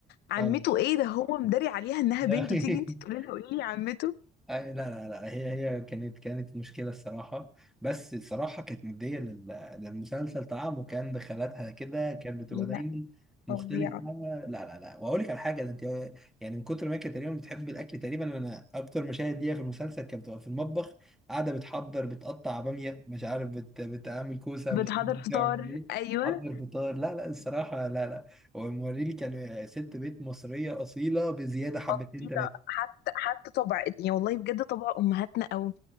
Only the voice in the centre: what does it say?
أيوة.
<laughs>
أي لا لا لا هي هي كانت كانت مشكلة الصراحة بس الصراحة كانت مدية لل- للمسلسل طعم وكان دخلاتها كده كانت بتبقى
دايما مختلفة
لا لا لا وأقول لك على حاجة ده أنت يعني من كتر ما كانت تقريبا بتحب الأكل تقريبا أنا أكتر مشاهد ليها في المسلسل كانت بتبقى في المطبخ قاعدة بتحضر بتقطع بامية مش عارف بت بتعمل كوسة مش
عارف بتعمل
إيه
حضر فطار لا لا الصراحة لا لا وموريلي كان ست بيت مصرية أصيلة بزيادة حبتين